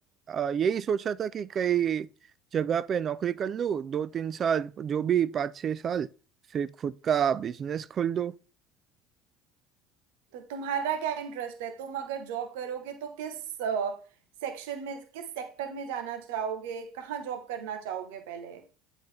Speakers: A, on the right; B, on the right.
A: आ, यही सोच रहा था कि कई जगह पे नौकरी कर लूँ दो तीन साल जो भी पाँच छः साल फिर खुद का बिजनेस खोल दो
B: तो तुम्हारा क्या इंटरेस्ट है तुम अगर जॉब करोगे तो किस सेक्शन में किस सेक्टर में जाना चाहोगे कहाँ जॉब करना चाहोगे पहले